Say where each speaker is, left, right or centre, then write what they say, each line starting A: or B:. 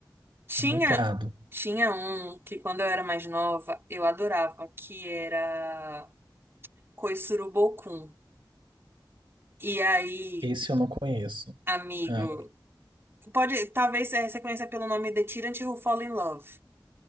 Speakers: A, on the right; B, on the right.
A: Tinha,
B: É muito errado.
A: tinha um que quando eu era mais nova, eu adorava, que era Koisuru Bokun. E aí,
B: Esse eu não conheço.
A: amigo,
B: Ah,
A: pode, talvez eh, você conheça pelo nome The Tyrant Who Fall in Love.